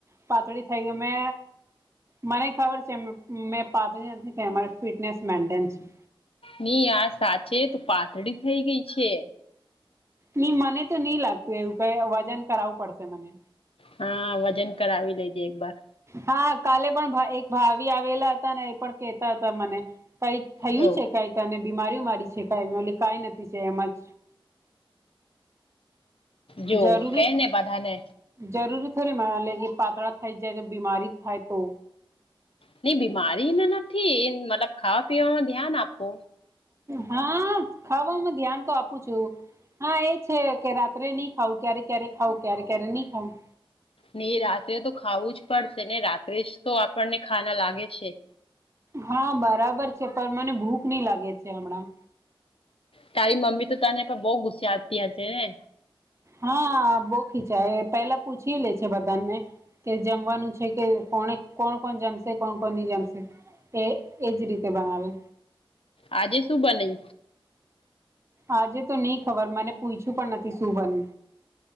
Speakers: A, on the right (about 30°); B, on the left (about 80°).
A: પાતળી થઈ ગઈ મે મને ખબર છે મ મેં પાતળી નથી થઇ અમારે ફિટનેસ મેન્ટનસ છે.
B: ની યાર સાચે તું પાતળી થઈ ગઈ છે.
A: ની મને તો ની લાગતું એવું કઈ વજન કરાવવું પડશે મને.
B: હા વજન કરાવી લેજે એક બાર.
A: હા કાલે પણ એક ભા ભાવિ આવેલા હતા ને એ પણ કેતા હતા મને. કઈ થયું
B: જો
A: છે કાંઈ તને બીમારી વિમારી છે કાંઈ મે બોલી કાંઈ નથી છે એમજ.
B: જો
A: જરૂરી
B: કે ને બધા ને.
A: જરૂરી થોરી મને લે કે પાતળા થઈ જાય તો બીમારી થાય તો
B: નઈ બીમારીને નથી મતલબ ખાવા પીવામા ધ્યાન આપો.
A: હા ખાવામાં ધ્યાન તો આપું છું. હા એ છે કે રાત્રે ની ખાવું ક્યારે ક્યારે ખાવ ક્યારે ક્યારે ની ખાવું.
B: ની રાત્રે તો ખાવું જ પડશે ને રાત્રે જ તો આપણને ખાના લાગે છે.
A: હા બરાબર છે પણ મને ભૂખ નઈ લાગે છે હમણાં.
B: તારી મમ્મી તો તને પણ બઉુ ગુસ્સાતી હશે ને.
A: હા બહું ખીજાય પેલા પૂછી લે છે બધાને. કે જમવાનું છે કે કોણે કોણ કોણ જમશે કોણ કોણ ની જમશે. તે એજ રીતે બનાવે.
B: આજે શું બન્યું?
A: આજે તો ની ખબર મને પૂયછું પણ નથી સુું બન